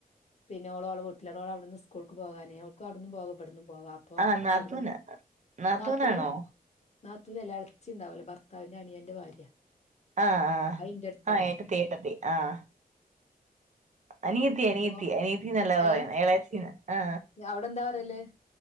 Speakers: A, on the left (about 45°); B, on the right (about 50°).
A: പിന്നെ ഓള് ഓളെ വീട്ട്ലാണ് ഓളവ്ട്ന്ന് സ്കൂൾക്ക് പോകാനേ ഓൾക്ക് അവ്ട്ന്നും പോവ ഇവ്ട്ന്നും പോവാ അപ്പൊ
B: ആഹ് നാത്തൂന
A: അവ്ട്ന്ന്
B: നാത്തൂനാണോ
A: നാത്തൂന് നാത്തൂനല്ല എളച്ചിണ്ടാവുലെ ഭർത്താവിന്റെ അനിയന്റെ ഭാര്യ
B: ആഹ് ആഹ്
A: അത് ഇന്റെ അടുത്താണ്
B: ആ എട്ടത്തി എട്ടത്തി ആഹ് അനിയത്തി
A: അപ്പൊ
B: അനിയത്തി അനിയത്തി നെല്ലെ പറയ്ന്നെ
A: ഏ
B: എളേച്ചിന്ന് ആ
A: അവിടെ എന്താ പറയല്